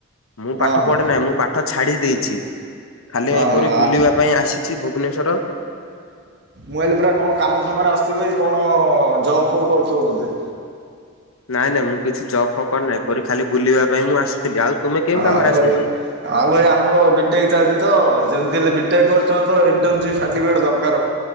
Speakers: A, on the left; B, on the right.
A: ମୁଁ
B: ହଁ
A: ପାଠ
B: ହଁ
A: ପଢି ନାହିଁ ମୁଁ ପା ପାଠ ଛାଡି ଦେଇଛି ଖାଲି
B: ଓହୋ
A: ଏପରି ବୁଲିବା ପାଇଁ ଆସିଛି ଭୁବନେଶ୍ଵର।
B: ମୁଁ ଆଇଲି ପୁରା କଣ କାମ ଫାମରେ ଆସିଥିବ ଭାଇ କଣ ଜବ୍ ଫବ୍ କରୁଥିବ ବୋଧେ।
A: ନାଇଁ ନାଇଁ ମୁଁ କିଛି ଜବ୍ ଫବ୍ କରିନାହି ଏପରି ଖାଲି ବୁଲିବା ପାଇଁ ମୁଁ ଆସିଥିଲି। ଆଉ ତୁମେ କେଉଁ
B: ଆ
A: କାମରେ
B: ଭାଇ
A: ଆସିଥିଲ?
B: ଆଉ ଭାଇ ଆମର ବିଟେକ୍ ଚାଲିଛି ତ ଯେମିତି ହେଲେ ବିଟେକ୍ କରୁଚନ୍ତି ତ ଇଣ୍ଟନସିପ୍ ସାଟିଫିକେଟ ଦରକାର।